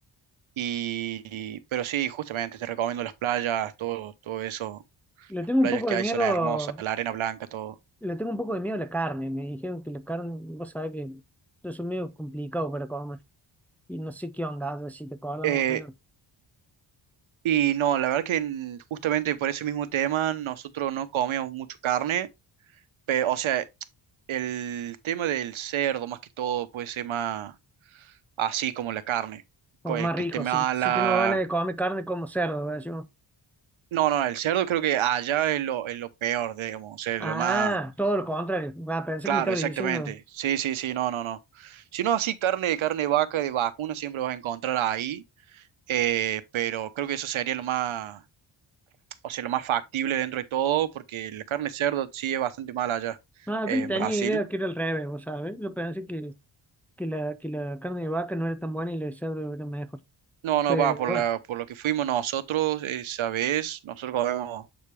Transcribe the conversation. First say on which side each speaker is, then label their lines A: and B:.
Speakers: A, on the right; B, in the centre.
A: Y, pero sí, justamente te recomiendo las playas, todo, todo eso,
B: Le
A: las
B: tengo
A: playas
B: un poco
A: que
B: de
A: hay
B: miedo
A: son hermosas, la arena blanca, todo.
B: Le tengo un poco de miedo a la carne. Me dijeron que la carne, vos sabés que yo soy medio complicado para comer. Y no sé qué onda, a ver si te acordás
A: Eh,
B: más o menos.
A: Y no, la verdad que en- justamente por ese mismo tema nosotros no comíamos mucho carne, pero, o sea, el tema del cerdo más que todo puede ser más así como la carne,
B: Como
A: co- eh,
B: más
A: que
B: rico.
A: esté mala.
B: Si, si tengo ganas de comer carne, como cerdo. ¿verdad? Yo,
A: No, no, el cerdo creo que allá es lo, es lo peor, digamos, o sea,
B: ah,
A: lo más...
B: todo lo contrario. Ah, pensé
A: Claro,
B: que me estabas
A: exactamente.
B: diciendo.
A: Sí, sí, sí, no, no, no. Si no, así carne carne de vaca, de vacuna, siempre vas a encontrar ahí, eh, pero creo que eso sería lo más, o sea, lo más factible dentro de todo, porque la carne de cerdo sí es bastante mala allá
B: Ah,
A: eh,
B: yo le
A: en
B: tenía
A: Brasil.
B: idea que era al revés, vos sabés. Yo pensé que, que, la, que la carne de vaca no era tan buena y la de cerdo era mejor.
A: No, no,
B: Pero
A: va, por
B: bueno,
A: la, por lo que fuimos nosotros esa vez, nosotros comemos